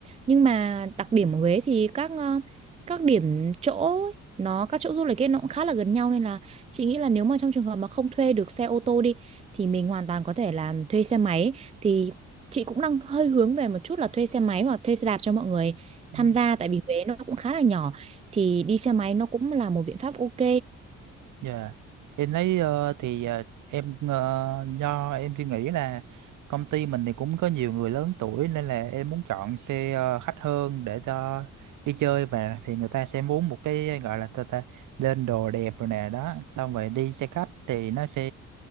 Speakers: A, on the right; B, on the right.
A: nhưng mà đặc điểm ở Huế thì các ờ, các điểm chỗ nó các chỗ du lịch ấy nó cũng khá là gần nhau nên là chị nghĩ là nếu mà trong trường hợp mà không thuê được xe ô tô đi thì mình hoàn toàn có thể là thuê xe máy thì chị cũng đang hơi hướng về một chút là thuê xe máy hoặc thuê xe đạp cho mọi người
B: dạ.
A: tham gia tại vì Huế nó cũng khá là nhỏ thì đi xe máy nó cũng là một biện pháp ok
B: Dạ, Em thấy ờ, thì ờ, em ờ, do em suy nghĩ là công ty mình thì cũng có nhiều người lớn tuổi nên là em muốn chọn xe ờ, khách hơn để cho đi chơi và thì người ta sẽ muốn một cái gọi là ta, ta lên đồ đẹp rồi nè đó, xong rồi đi xe khách thì nó sẽ